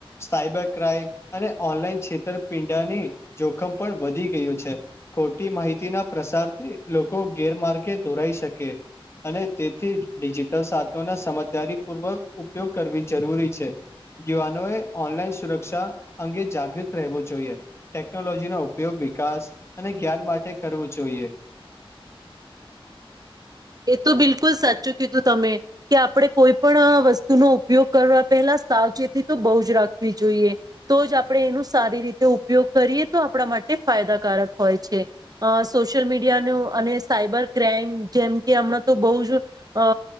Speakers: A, on the left; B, on the right.
A: સાયબર ક્રાઈમ અને ઓનલાઈન છેતરપિંડાની જોખમ પણ વધી ગયું છે ખોટી માહિતી ના પ્રસારથી લોકો ગેરમાર્ગે દોરાઈ શકે અને તેથી ડિજિટલ સાધનોને સમજદારી પૂર્વક ઉપયોગ કરવી જરૂરી છે યુવાનોએ ઓનલાઈન સુરક્ષા અંગે જાગૃત રહેવો જોઈએ ટેકનોલોજીનો ઉપયોગ વિકાસ અને જ્ઞાન માટે કરવું જોઈએ
B: એ તો બિલકુલ સાચું કીધું તમે કે આપણે કોઈ પણ વસ્તુનો ઉપયોગ કરવા પહેલા સાવચેતી બહ જ રાખવી જોઈએ તો જ આપણે એનો સારી રીતે ઉપયોગ કરીએ તો આપણા માટે માટે ફાયદાકારક હોય છે સોશિયલ મીડિયાનું અને સાયબર ક્રાઈમ જેમ કે હમણાં તો બહુ જ અ